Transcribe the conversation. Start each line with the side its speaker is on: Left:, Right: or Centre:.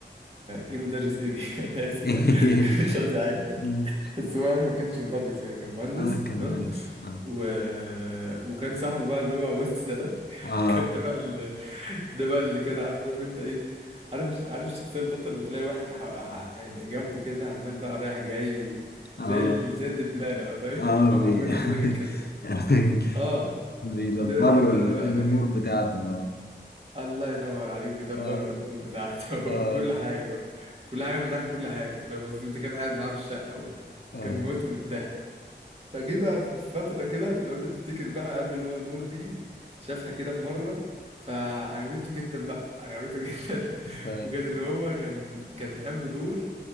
Right: ايه مدرس ايه دي <laughs> انا اسف
Left: <laughs>
Right: يعني <laughs> مش قصدي حاجه
Left: مم.
Right: بس هو يعني ما كانش مدرس يعني كان مهندس
Left: آه كان
Right: تمام
Left: مهندس آه.
Right: و... وكان صاحبه بقى اللي هو وزة ده <laughs>
Left: اه
Right: كان ده بقى اللي <laughs> ده بقى اللي كان عارف انت ايه عارف عارف الشخصية البطل وتلاقي واحد ح... ح... يعني جنبه كده عمال بقى رايح جاي وزي
Left: اه
Right: ال... زي الدبانة بقى فاهم
Left: اه
Right: <laughs> هو
Left: بي
Right: حرفيا وزة ده كان كده
Left: <laughs> يعني
Right: اه
Left: بيدبر
Right: زي الدبانة
Left: له ال-
Right: بقى
Left: الامور
Right: ده كده
Left: بتاعته اه
Right: الله ينور عليك بيدبر
Left: اه
Right: الامور بتاعته
Left: اه
Right: <laughs> كل حاجه بقى كل حاجه من ناحيه كل حاجه فاهم قصدي وده كان قاعد معاه في الشقه
Left: اه اه
Right: وكان موته من الضحك فجه بقى في فتره كده لو انت تفتكر بقى قابل اللي هو نور دي شافها كده في مره فعجبته جدا بقى عجبته <laughs> جدا
Left: ف
Right: وكان اللي هو كان كان قام بدور